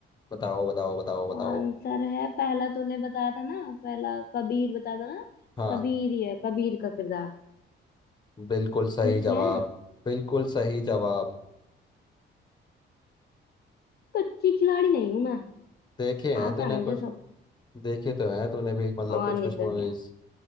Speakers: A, on the left; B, on the left.
A: बताओ बताओ बताओ बताओ
B: आंसर है पहला तूने बताया था ना पहला कबीर बताया था ना
A: हाँ
B: कबीर ही है कबीर का किरदार
A: बिल्कुल सही
B: ठीक
A: जवाब
B: है
A: बिल्कुल सही जवाब
B: कच्ची खिलाड़ी नहीं हूं मैं
A: देखे हैं
B: आता
A: तूने
B: है मुझे
A: कुछ
B: सब
A: देखे तो हैं तूने भी मतलब
B: और
A: कुछ
B: नहीं
A: कुछ
B: तो
A: मूवीज
B: क्या